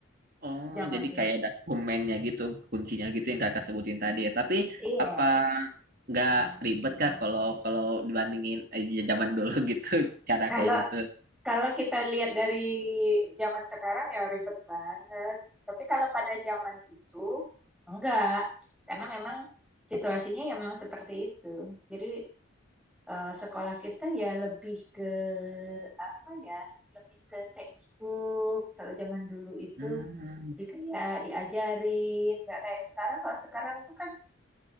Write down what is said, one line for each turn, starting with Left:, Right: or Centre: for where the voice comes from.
Right: Oh,
Centre: zaman
Right: jadi
Centre: itu
Right: kayak dokumennya gitu, kuncinya gitu yang kakak sebutin tadi ya. Tapi
Centre: Iya.
Right: apa nggak ribet kak kalau kalau dibandingin eh, zaman dulu gitu, <laughs> cara
Centre: kalau
Right: kayak gitu?
Centre: Kalau kita lihat dari zaman sekarang ya ribet banget. Tapi kalau pada zaman itu enggak, karena memang situasinya ya memang seperti itu. Jadi eh, sekolah kita ya lebih ke apa ya, lebih ke textbook. Kalau zaman dulu itu
Right: Hmm,
Centre: lebih ke ya diajarin, nggak kayak sekarang. Kalau sekarang tuh kan